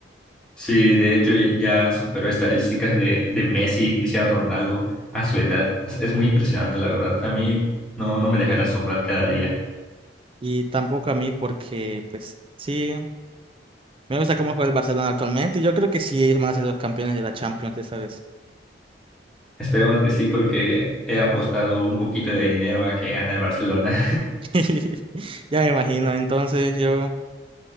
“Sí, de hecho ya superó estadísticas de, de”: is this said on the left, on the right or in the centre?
Centre